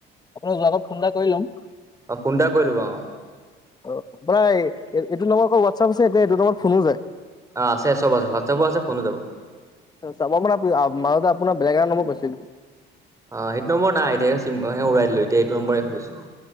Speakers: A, on the left; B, on the right.
A: আপোনাক যোৱা আগত ফোন এটা কৰি লম।
B: অ ফোন এটা কৰি ল'ব অ
A: অ আপোনাৰ এইটো নম্বৰত আকৌ হোৱাটছআপ আছে নে এইটো নম্বৰত ফোনো যায়?
B: অ আছে চব আছে হোৱাটছাপো আছে ফোনো যাব।
A: চাব মানে মাজতে আপোনাৰ বেলেগ এটা নম্বৰ পাইছিলো
B: অ সেইটো নম্বৰ নাই এতিয়া চিম সেই ওৰাই দিলো এতিয়া এইটো নম্বৰে খুলিছো।